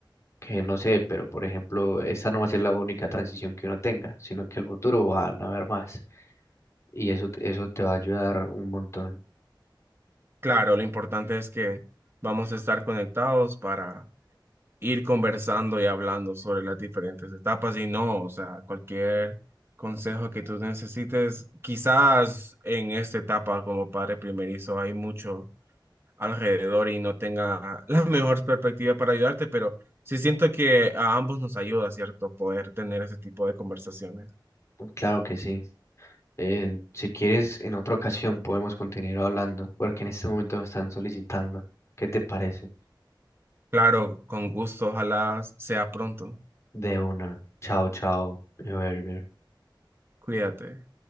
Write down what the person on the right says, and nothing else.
Claro, lo importante es que vamos a estar conectados para ir conversando y hablando sobre las diferentes etapas y no, o sea, cualquier consejo que tú necesites, quizás en esta etapa como padre primerizo hay mucho alrededor y no tenga <laughs> la mejor perspectiva para ayudarte, pero sí siento que a ambos nos ayuda, ¿cierto? Poder tener ese tipo de conversaciones.
Claro, con gusto, ojalá sea pronto.
Cuídate.